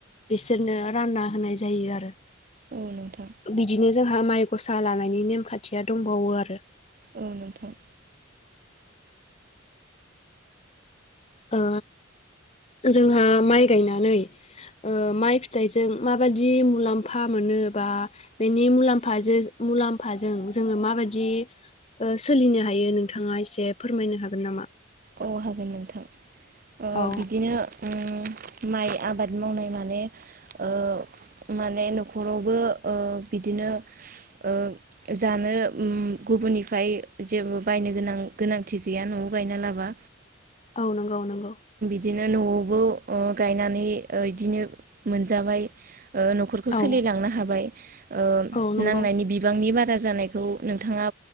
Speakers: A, on the left; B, on the right.
A: बिसोरनो रानना होनाय जायो आरो।
B: औ नोंथां
A: बिदिनो जोंहा माइ गसा लानायनि नेमखा थिया दंबावो आरो।
B: औ नोंथां।
A: ओ जोंहा माइ गायनानै ओ माइ फिथाइजों माबादि मुलाम्फा मोनो बा बेनि मुलामफाजों मुलाम्फाजों जोङो माबादि। ओ सोलिनो हायो नोंथाङा एसे। फोरमायनो हागोन नामा?
B: अ हागोन नोंथां। ओ
A: औ
B: बिदिनो। ओम माइ आबाद मावनाय माने ओ माने नखरावबो ओ बिदिनो ओ जानो ओम गुबुननिफ्राय जेबो बायनो गोनां गोनांथि गैया न'आव गायना ला बा।
A: औ नंगौ नों गौ।
B: दिनो न'आवबो ओ गायनानै ओ इदिनो। मोनजाबाय ओ न'खरखौ
A: औ
B: सोलिलांनो हाबाय ओ
A: औ नंगौ
B: नांनायनि बिबांनि बारा। जानायखौ नोंथाङा